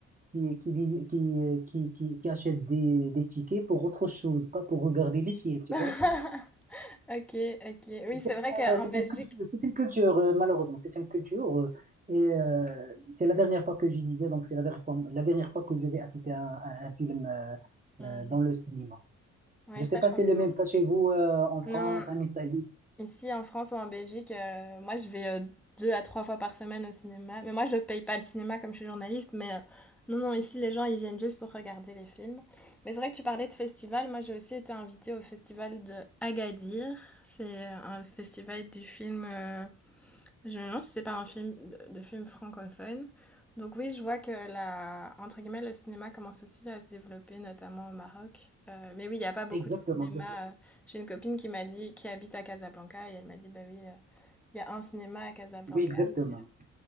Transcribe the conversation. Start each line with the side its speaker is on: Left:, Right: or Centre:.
Right: qui, qui, vis- qui, euh, qui, qui, qui achètent des, des tickets pour autre chose, pas pour regarder les films, tu
Centre: <laughs>
Right: vois.
Centre: Ok, ok. Oui,
Right: C'est
Centre: c'est vrai
Right: c'est-
Centre: qu'en
Right: c'est
Centre: Belgique.
Right: une culture, c'est une culture euh, malheureusement, c'est une culture. euh, et euh, c'est la dernière fois que je disais, donc c'est la dernière fois, la dernière fois que je vais assister à, un à un film euh,
Centre: Hmm.
Right: euh, dans le cinéma.
Centre: Oui,
Right: Je ne
Centre: ça,
Right: sais pas
Centre: je comprends.
Right: si c'est le même cas chez vous euh, en France,
Centre: Non,
Right: en Italie.
Centre: ici en France ou en Belgique, euh, moi, je vais euh, deux à trois fois par semaine au cinéma. Mais moi, je ne paye pas le cinéma comme je suis journaliste. Mais euh, non, non, ici, les gens, ils viennent juste pour regarder les films. Mais c'est vrai que tu parlais de festival. Moi, j'ai aussi été invitée au festival de Agadir. C'est euh, un festival du film. euh, Je me demande si c'est pas un film de, de film francophone. Donc oui, je vois que la, entre guillemets, le cinéma commence aussi à se développer, notamment au Maroc. Euh, mais oui, il n'y a pas beaucoup
Right: Exactement,
Centre: de cinéma.
Right: exactement.
Centre: euh, J'ai une copine qui m'a dit, qui habite à Casablanca, et elle m'a dit, bah oui, euh, il y a un cinéma à Casablanca,
Right: Oui, exactement.
Centre: mais,